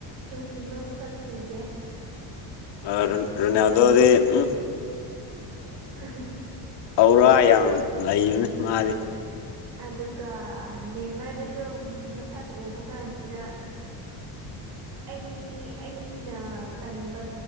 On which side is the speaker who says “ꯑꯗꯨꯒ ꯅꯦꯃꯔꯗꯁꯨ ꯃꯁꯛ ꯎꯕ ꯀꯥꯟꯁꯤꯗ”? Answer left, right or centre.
Right